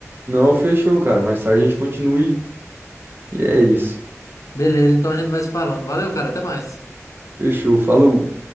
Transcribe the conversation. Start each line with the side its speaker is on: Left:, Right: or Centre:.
Right: Não, fechou, cara. Mais tarde a gente continue. E é isso.
Left: Beleza, então a gente vai se falando. Valeu, cara, até mais.
Right: Fechou. Falou.